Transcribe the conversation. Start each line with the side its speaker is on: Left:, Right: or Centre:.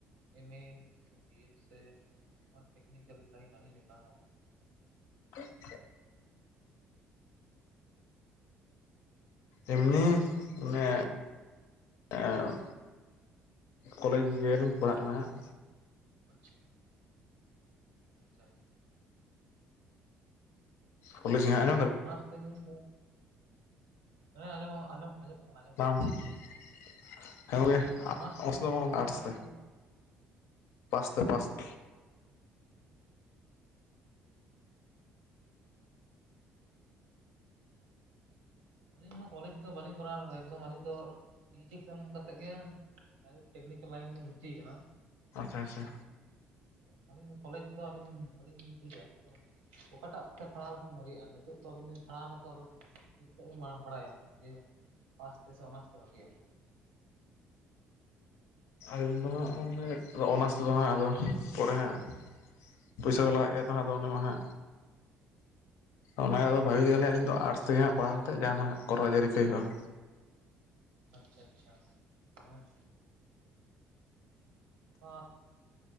Right: ᱮᱢ ᱮ, ᱥᱮ ᱵᱤ ᱮᱰ ᱥᱮ ᱚᱱᱟ ᱴᱮᱠᱱᱤᱠᱮᱞ ᱞᱟᱹᱭᱤᱱ ᱟᱹᱫᱷᱤᱧ ᱡᱚᱴᱟᱣ ᱟᱠᱟᱫᱟ᱾
Left: <inaudible> ᱮᱢᱱᱤ ᱢᱟᱱᱮᱻᱦ ᱮᱸᱻ ᱚᱸ ᱠᱚᱞᱮᱡᱽ ᱧᱮ‌ᱞ ᱯᱟᱲᱦᱟᱜ ᱠᱟᱱᱟ ᱱᱷᱟᱸᱜ,
Right: ᱟᱪᱪᱷᱟ, ᱟᱪᱪᱷᱟ ᱟᱪ-
Left: ᱠᱚᱞᱮᱡᱽ ᱱᱷᱟᱸᱜ ᱮᱢ
Right: ᱚᱱᱟᱥ ᱛᱮᱦᱩᱧ <unintelligible> ᱦᱮᱸ ᱟᱸᱡᱚᱢᱚᱜ ᱟᱸᱡᱚᱢ ᱟᱸᱡᱚᱢᱚᱜ ᱠᱟᱱᱟ ᱟᱸᱡᱚᱢ
Left: <unintelligible> ᱦᱮᱸ ᱜᱚᱝᱠᱮ ᱟ
Right: ᱚᱱᱟᱨᱥ
Left: ᱟᱥ ᱫᱚ ᱵᱟᱝᱼᱟ, ᱟᱴᱥ
Right: ᱯᱷᱟᱥᱴ
Left: ᱛᱮ᱾
Right: ᱤᱭᱟᱨ
Left: ᱯᱟᱥ ᱛᱮ ᱯᱟᱥ ᱛᱮ᱾
Right: ᱟᱹᱞᱤᱧ ᱦᱚᱸ ᱠᱚᱞᱮᱡᱽ ᱫᱚ ᱵᱟᱹᱞᱤᱧ ᱠᱚᱨᱟᱣ ᱟᱠᱟᱫᱟ ᱮᱠᱫᱚᱢ ᱟᱹᱞᱤᱧ ᱫᱚ ᱜᱨᱤᱡᱤᱠ ᱥᱮᱱ ᱠᱟᱛᱮᱜ ᱜᱮ ᱴᱮᱠᱱᱤᱠᱮᱞ ᱞᱟᱭᱤᱱ ᱨᱮ ᱵᱷᱚᱨᱛᱤ ᱠᱟᱱᱟ᱾
Left: ᱟᱪᱪᱷᱟ ᱟᱪᱪᱷᱟ
Right: ᱟᱹᱞᱤᱧ ᱠᱚᱞᱮᱡᱽ ᱫᱚ ᱟᱹᱞᱤᱧ ᱵᱟᱹᱞᱤᱧ ᱵᱩᱡᱟ ᱛᱚ ᱚᱠᱟᱴᱟᱜ ᱛᱮ ᱯᱷᱟᱲᱟᱣ ᱞᱮᱠᱷᱟᱱ ᱵᱷᱟᱹᱜᱤᱜ-ᱟ ᱱᱤᱛᱳᱜ ᱛᱚ ᱟᱵᱤᱱ ᱵᱤᱱ ᱯᱟᱲᱦᱦᱟᱣᱱᱟ ᱛᱚ ᱟᱫᱚ <unintelligible> ᱵᱟᱲᱟᱭᱟ ᱡᱮ ᱯᱟᱥ ᱛᱮ ᱥᱮ ᱚᱱᱟᱨᱥ ᱛᱮ ᱵᱷᱟᱜᱮᱭᱟ?
Left: ᱟᱞᱤᱧ ᱫᱚ ᱦᱟᱸᱜ ᱜᱚᱝᱠᱮ ᱟᱫᱚ ᱚᱱᱟᱨᱥ ᱛᱮᱫᱚ ᱦᱟᱸᱜ ᱟᱫᱚ ᱯᱚᱨᱮ ᱦᱟᱸᱜ ᱯᱩᱭᱥᱟ ᱠᱚ ᱞᱟᱜᱟᱜ ᱜᱮᱭᱟ ᱛᱚ ᱦᱟᱸᱜ ᱟᱫᱚ ᱚᱱᱮ ᱚᱱᱮ ᱚᱱᱟ ᱫᱚ ᱵᱷᱟᱹᱜᱤ ᱜᱮ ᱛᱟᱦᱚᱞᱮ ᱱᱤᱛᱚᱜ ᱟᱨᱥ ᱛᱮᱜᱮ ᱦᱟᱸᱜ ᱯᱟᱲᱦᱟᱣ ᱠᱟᱛᱮᱜ ᱡᱟᱦᱟᱱᱟᱜ ᱠᱚᱨᱚᱡ ᱟᱹᱨᱤ <unintelligible>
Right: ᱟᱪᱪᱷᱟ ᱟᱪᱪᱷᱟ ᱦᱮᱸ <unintelligible>